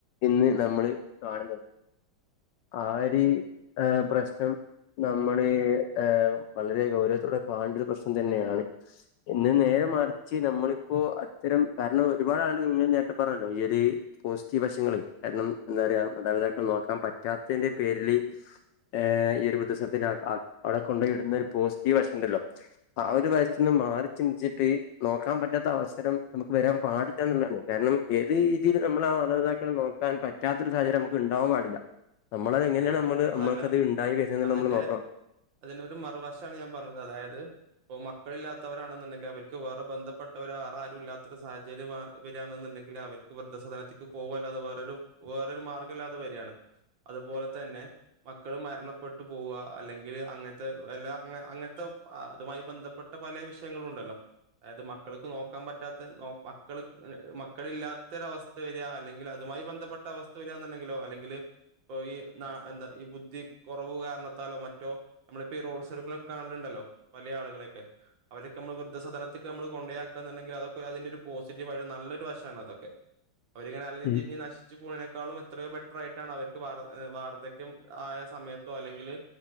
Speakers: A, on the left (about 70°); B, on the right (about 65°).
A: ഇന്ന് നമ്മള് കാണുന്നത് ആരി
B: ഉം
A: ആഹ് പ്രശ്നം നമ്മള് ഏഹ് വളരെ ഗൗരവത്തോടെ കാണണ്ടോരു പ്രശ്നം തന്നെയാണ് എന്നാ നേരെ
B: ഉം.
A: മറിച്ച് നമ്മളിപ്പോ അത്തരം കാരണം ഒരുപാട് ആള് ഇങ്ങ നേരത്തെ പറഞ്ഞല്ലോ ഈ ഒര് പോസിറ്റീവ് വശങ്ങള് കാരണം എന്താ പറയാ ഇതെക്കെ നോക്കാൻ പറ്റാത്തെന്റെ പേരില് ഈഹ് ഈയൊരു പ്രത്യേക സാലത്തേക്ക് <unintelligible> കൊണ്ടോവിടുന്ന ഒരു പോസിറ്റീവ് വശംണ്ടല്ലോ ആ ഒരു വശ മാറി ചിന്തിച്ചിട്ട് നോക്കാൻ പറ്റാത്ത അവസരം നമുക്ക് വരാൻ പാടില്ലന്നുള്ളണ് കാരണം ഏത് രീതിൽ നമ്മളാ മാതാപിതാക്കളെ നോക്കാൻ പറ്റാത്തൊരു സാഹചര്യം നമ്മ്ക്ക് ണ്ടാവാൻ പാടില്ല നമ്മളത് എങ്ങനെയാ
B: അതെ അതെ
A: നമ്മള്
B: അതല്ല
A: നമ്മൾക്കത് ഇണ്ടായി വരുന്നെന്ന്
B: അതിന്റെ
A: നമ്മള് നോക്കണം
B: അതിനൊരു മറുവശാണ് ഞാൻ പറഞ്ഞത് അതായത് ഇപ്പോ മക്കളില്ലാത്തവരാണെന്നുണ്ടെങ്കി അവർക്ക് വേറെ ബന്ധപ്പെട്ടവരോ വറെ ആരൂല്ലാത്തൊരു സാഹചര്യം വര്കാണ് ന്ന് ണ്ടേങ്കിൽ അവര്ക്ക് വൃദ്ധസദാനത്തിക്ക് പോവല്ലാതെ വെറൊരു വെറൊരു മാർഗല്ലാതെ വര്കാണ് അതുപോലെ തന്നെ മക്കൾ മരണപ്പെട്ടു പോവ അല്ലെങ്കില് അങ്ങനത്തെ അല്ല അ അങ്ങനത്തെ അതുമായി ബന്ധപ്പെട്ട പല വിഷയങ്ങളുണ്ടല്ലോ അതായത് മക്കൾക്ക് നോക്കാൻ പറ്റ റ്റാത്ത നോക്ക് മക്കള് മക്കളില്ലാത്തൊരവസ്ഥ വരിക അല്ലെങ്കിൽ അതുമായി ബന്ധപ്പെട്ട അവസ്ഥ വരികന്നെണ്ടാ ങ്കിലോ അല്ലെങ്കില് ഇപ്പോ ഈ ന എന്താ ഈ ബുദ്ധി കൊറവ് കാരണത്താലോ മറ്റോ നമ്മളിപ്പോ ഈ റോഡ് സൈഡിമെലൊക്കെ കാണ ണ്ടല്ലോ പല ആളുകളെയെക്കെ അവരെക്കെ നമ്മ വൃദ്ധ സദനത്തിക്ക് നമ്മള് കൊണ്ടേയാക്കാന്ന്ണ്ടങ്കിൽ അതൊക്കെ അതിന്റൊരു പോസിറ്റീവ് നല്ലൊരു വശാവാണ് അതൊക്കെ അവരിങ്ങനെ അലഞ്ഞും
A: ഈ
B: തിരിഞ്ഞും നശിച്ചു പോണെക്കാളും എത്രയോ ബെറ്റർ ആയിട്ടാണ് അവർ ക്ക് വാർ വാർദ്ധക്യം ആയ സമയത്തോ അല്ലെങ്കില്